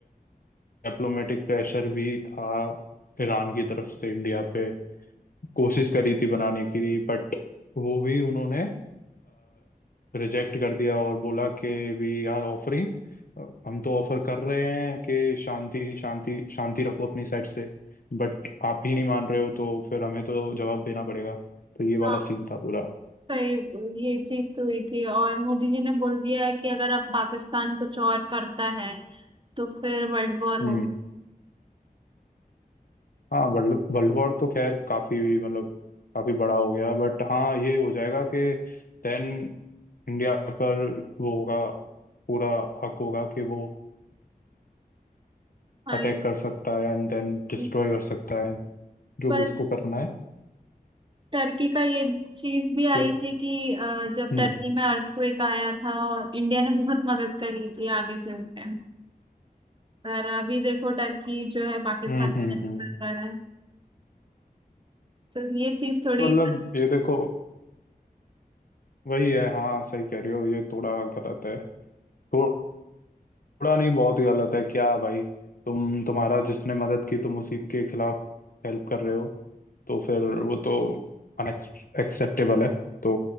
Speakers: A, on the left (about 65°); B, on the right (about 30°).
A: डिप्लोमेटिक प्रेशर भी था ईरान की तरफ से इंडिया पे कोशिश करी थी बनाने की बट वो भी उन्होंने रिजेक्ट कर दिया और बोला कि वी आर ऑफरिंग हम तो ऑफर कर रहे हैं कि शांति शांति शांति रखो अपनी साइड से बट आप ही नहीं मान रहे हो तो फिर हमें तो जवाब देना पड़ेगा तो ये वाला
B: हाँ
A: सीन था पूरा
B: सही ये चीज तो हुई थी और मोदी जी ने बोल दिया है कि अगर आप पाकिस्तान कुछ और करता है तो फिर वर्ल्ड वॉर हो
A: हम्म हाँ वर्ल्ड वर्ल्ड वॉर तो खैर काफी मतलब काफी बड़ा हो गया बट हाँ ये हो जाएगा कि देन इंडिया पर वो होगा पूरा हक होगा कि वो
B: हाँ
A: अटैक
B: ये
A: कर सकता है एंड देन डिस्ट्रॉय
B: है।
A: कर सकता है जो
B: पर
A: भी उसको करना है
B: टर्की का ये चीज भी
A: तो
B: आई थी कि अ,
A: हम्म
B: जब टर्की में अर्थक्वेक आया था और इंडिया ने बहुत मदद करी थी आगे से होके पर अभी देखो टर्की जो है पाकिस्तान
A: हम्म
B: की
A: हम्म
B: हेल्प
A: हम्म
B: कर रहा है तो ये चीज थोड़ी
A: मतलब ये देखो वही है हाँ सही कह रही हो ये थोड़ा गलत है थोड़ा नहीं बहुत ही गलत है क्या भाई तुम तुम्हारा जिसने मदद की तुम उसी के खिलाफ हेल्प कर रहे हो तो फिर वो तो अनएक्सेप्टेबल है तो